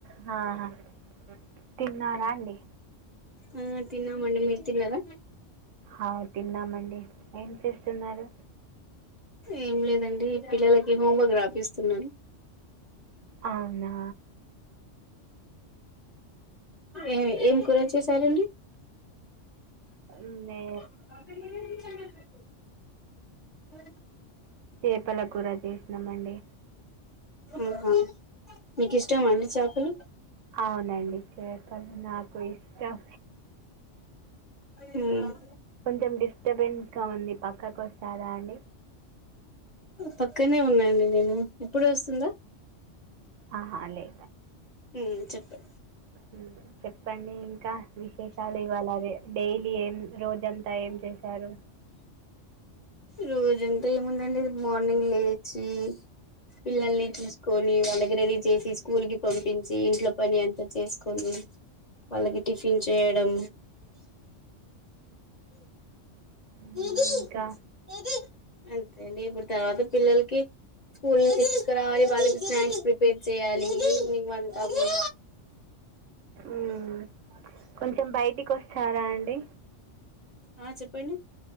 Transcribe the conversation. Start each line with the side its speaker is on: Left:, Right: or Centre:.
Right: హ హ తిన్నార అడి
Left: ఆ తిన్నా మండి మీరు తిన్నార
Right: ఆ తిన్నామండి ఏం చేస్తున్నారు
Left: ఏం లేదండి పిల్లలకి హోంవర్క్ రాపిస్తున్నాను
Right: అవునా
Left: ఏమి ఏం కూర చేసారండి
Right: నే
Left: అ అ
Right: చేేపల కూర చేసినామండి
Left: ఆహా మీకు ఇష్టం అడిచకులు
Right: అవునండి చెప్పలు నాకు ఇష్టం
Left: ఉమ్
Right: పంచం ద డిస్టర్బెన్స్గా ఉంది పక్కకి వస్తుందా అండి
Left: పక్కనే ఉన్నాడి నేను ఇప్పుడు వస్తుందా
Right: ఆహా అ లేే
Left: ఉ చెప్పె
Right: ఉ చెప్పండి ఇంకా విశేషాలు ఇవ్వాలదే డైలీ ఏం రోజంతా ఏం చేసారు
Left: రోజంతా ఏముందండి మార్నింగ్ లేచి పిల్లల్ని చూసుకొని వాళ్ళకి రెడి చేసి స్కూల్ కి పంపించి ఇంట్లో పని అంత చేసుకొని వాళ్ళకి టిఫిన్ చేయడం
Right: ఉమ్,
Left: ముదు
Right: ఇంకా
Left: ముద్ అంతే అండి ఇప్పుడు తర్వాత పిల్లలకి స్కూల్ నుండి తీసుకరావాలి వాళ్ళకి స్నాక్స్ ప్రిపేర్ చేయ్యాలి ఈవినింగ్ వంట వన్
Right: ఉ కొంచెం బయటికొస్తారా అండి
Left: ఆ చెప్పండి